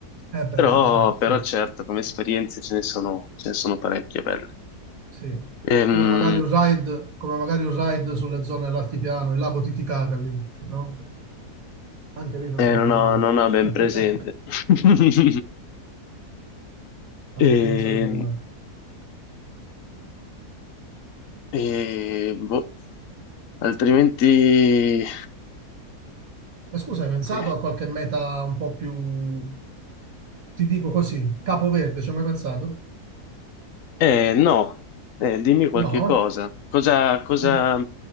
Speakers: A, on the right; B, on the left.
A: Eh beh,
B: Però,
A: sì, certo,
B: però
A: certo.
B: certo, come esperienze ce ne sono, ce ne sono parecchie belle.
A: Sì.
B: Ehm,
A: Come magari un ride, come magari un ride sulle zone dell'altipiano, il lago Titicaca lì, no? Anche lì non
B: eh,
A: sarebbe
B: non ho,
A: male.
B: non ho ben
A: <laughs>
B: presente. <laughs>
A: Anche
B: E,
A: lì non sarebbe male.
B: e, boh, altrimenti,
A: Ma scusa, hai pensato
B: eh,
A: a qualche meta un po' più, ti dico così, Capo Verde, ci hai mai pensato?
B: eh, no, Eh, dimmi qualche
A: No?
B: cosa. Cosa, cosa,
A: Eh,